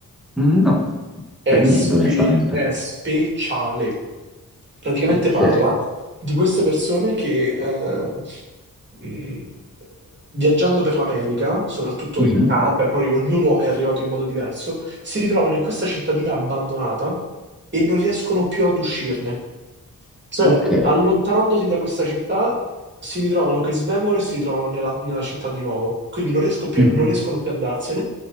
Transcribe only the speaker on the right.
È,
spe-
è speciale. Praticamente
parla di queste persone che eh, mh, viaggiando per l'America, soprattutto
in camper, poi ognuno è arrivato in modo diverso, si ritrovano in questa cittadina abbandonata e non riescono più ad uscirne. Cioè,
allontanandosi da questa città, si ritrovano che svengono e si ritrovano nella, nella città di nuovo. Quindi non riesco più-
non riescono più ad andarsene.